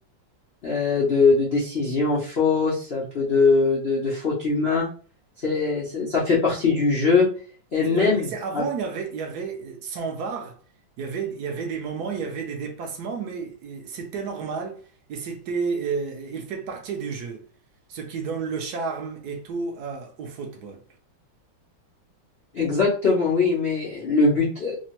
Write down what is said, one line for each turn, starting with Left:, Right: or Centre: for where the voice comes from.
Left: euh, de, de décisions fausses, un peu de, de, de fautes humaines. C'est, c'est- ça fait partie du jeu. Et
Right: C'est
Left: même,
Right: vrai, mais c'est avant,
Left: ah,
Right: il y avait, il y avait, euh, sans VAR, il y avait, il y avait des moments, il y avait des dépassements, mais euh, c'était normal et c'était, euh, il fait partie du jeu, ce qui donne le charme et tout à- au football.
Left: exactement, oui, mais le but euh,